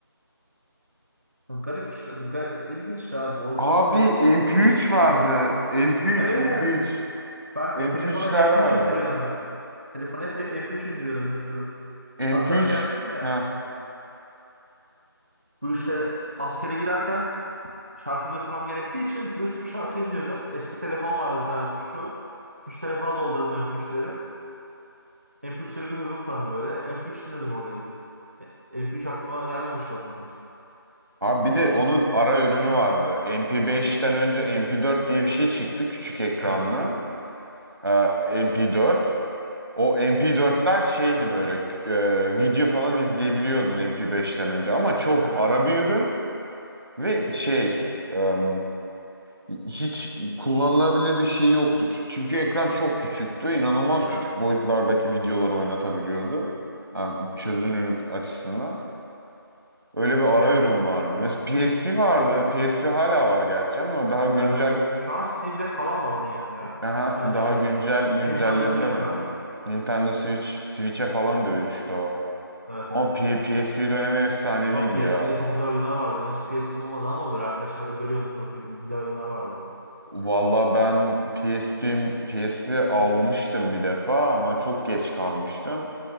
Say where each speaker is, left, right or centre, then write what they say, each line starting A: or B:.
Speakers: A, on the right; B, on the right.
A: Garip işler. Gar ilginç işte abi. O
B: Abi
A: şimdi
B: MP3
A: çok geçmiş
B: vardı.
A: gibi.
B: MP3,
A: Evet.
B: MP3.
A: Ben
B: MP3'ler
A: telefona MP3
B: vardı.
A: indiriyordum ben. Telefona hep MP3 indiriyordum bir sürü.
B: MP3.
A: Hatta şey yaptım ya.
B: Heh.
A: Bu işte askere giderken şarkı götürmem gerektiği için bir sürü şarkı indirdim. Eski telefon vardı bir tane tuşlu. Tuş telefona doldurdum MP3'leri. MP3'leri götürdüm sonra böyle. MP3 dinledim orada gidip. E, MP3 aklıma gelmemişti ondan önce.
B: Abi bir de onun ara ürünü vardı. MP5'ten önce MP4 diye bir şey çıktı küçük ekranlı.
A: Evet,
B: Ee, MP4. O MP4'ler şeydi böyle e, video falan izleyebiliyordun MP5'ten önce ama çok
A: evet,
B: ara bir ürün ve şey em, hiç kullanılabilir bir şey yoktu. Çünkü ekran çok küçüktü. İnanılmaz
A: evet,
B: küçük boyutlardaki videoları oynatabiliyordu. Yani çözünürlük açısından. Öyle bir ara ürün vardı. Mesela PSP vardı. PSP hala var gerçi ama daha güncel
A: evet. Şu an Steam Deck falan var onun yerine ya.
B: daha,
A: Aynı
B: daha
A: iş geliyor.
B: güncel güncellediler
A: Nintendo Switch
B: onu.
A: var.
B: Nintendo Switch Switch'e falan dönüştü o.
A: Evet,
B: Ama
A: evet.
B: P- PSP dönemi efsaneviydi
A: Ben PSP'de
B: ya.
A: çok güzel oyunlar vardı. Ben hiç PSP'm olmadı ama böyle arkadaşlar da görüyordum. Çok güzel oyunlar vardı.
B: Valla ben PSP'm PSP almıştım bir defa ama çok geç kalmıştım.